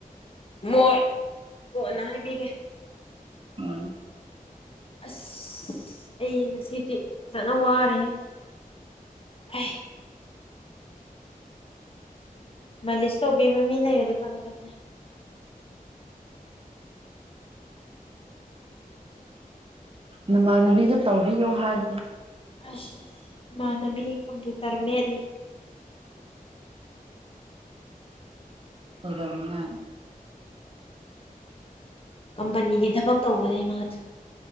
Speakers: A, on the left; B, on the right.
A: ꯃꯣꯏ ꯀꯣꯅ ꯍꯥꯏꯕꯤꯒꯦ꯫
B: ꯎꯝ
A: ꯑꯁ ꯑꯩ ꯉꯁꯤꯗꯤ ꯐꯖꯅ ꯋꯥꯔꯦꯍꯦ꯫꯫ <unintelligible> ꯃꯥꯂꯤꯁ ꯇꯧꯕꯤꯕ ꯃꯤ ꯂꯩꯔꯗꯤ ꯐꯒꯗꯅꯤ꯫
B: ꯅꯃꯥꯟꯅꯕꯤꯗ ꯇꯧꯕꯤꯌꯣ ꯍꯥꯏꯒꯦ꯫
A: ꯑꯁ ꯏꯃꯥꯟꯅꯕꯤ ꯀꯝꯄꯨꯏꯇꯔ ꯃꯦꯠꯂꯤ꯫
B: ꯀꯩꯗꯧꯅꯤꯡꯉꯥꯏ꯫
A: ꯀꯝꯄꯦꯅꯤꯒꯤ ꯊꯕꯛ ꯇꯧꯕꯅꯦ ꯃꯥꯗꯤ꯫